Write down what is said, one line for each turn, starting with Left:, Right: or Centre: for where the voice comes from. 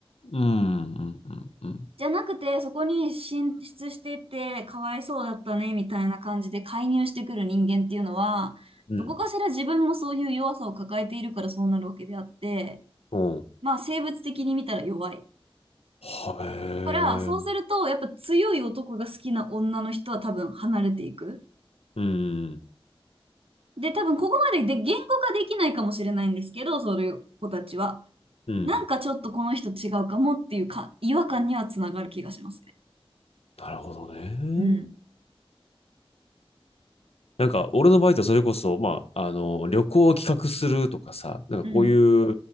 Left: うん、うん、うん、うん。
Right: じゃなくて、そこに進出していって、かわいそうだったね、みたいな感じで介入してくる人間っていうのは、
Left: うん。
Right: どこかしら自分もそういう弱さを抱えているからそうなるわけであって、
Left: うん。
Right: まあ生物的に見たら弱い。
Left: はえ。
Right: から、そうすると、やっぱ強い男が好きな女の人は多分離れていく。
Left: うん。
Right: で、多分ここまでで言語化できないかもしれないんですけど、そういう子たちは。
Left: うん。
Right: なんかちょっとこの人違うかもっていうか、違和感にはつながる気がしますね。
Left: なるほどね。
Right: うん。
Left: なんか、俺の場合ってそれこそ、まあ、あの、旅行を企画するとかさ、なんかこういう
Right: うん。